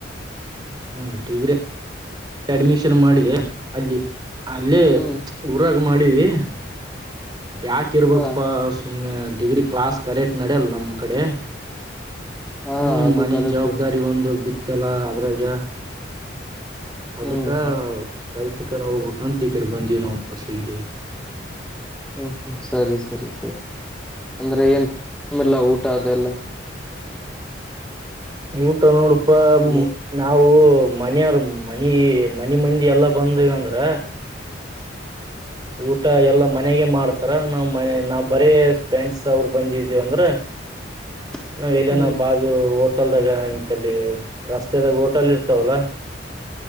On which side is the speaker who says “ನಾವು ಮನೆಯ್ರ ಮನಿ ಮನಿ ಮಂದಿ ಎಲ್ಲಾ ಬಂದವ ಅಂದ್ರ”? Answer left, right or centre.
Right